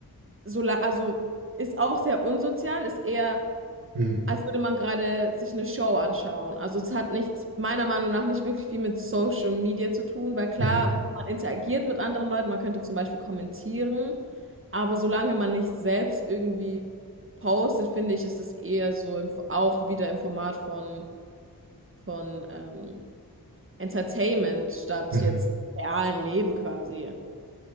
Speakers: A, on the right; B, on the right.
A: so, la- also ist auch sehr unsozial, ist eher,
B: Hm.
A: als würde man gerade sich eine Show anschauen. Also es hat nichts, meiner Meinung nach, nicht wirklich viel mit Social Media zu tun, weil klar,
B: Mhm.
A: man interagiert mit anderen Leuten, man könnte zum Beispiel kommentieren, aber solange man nicht selbst irgendwie postet, finde ich, ist es eher so im, auch wieder im Format von, von ähm, Entertainment statt
B: Mhm.
A: jetzt realen Leben quasi.